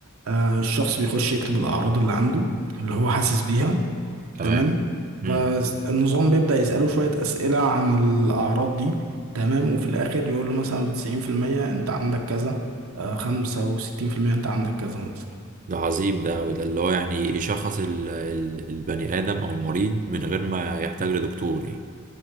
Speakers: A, on the right; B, on the right.
A: آه، الشخص بيخش يكتب الأعراض اللي عنده اللي هو حاسس بيها
B: تمام
A: تمام
B: امم
A: فالنظام بيبدأ يسأله شوية أسئلة عن الأعراض دي تمام وفي الآخر يقول له مثلا بتسعين في المية أنت عندك كذا آه، خمسة وستين في المية أنت عندك كذا مثلا
B: ده عظيم ده وده اللي هو يعني يشخص ال- ال- البني آدم أو المريض من غير ما يحتاج لدكتور يعني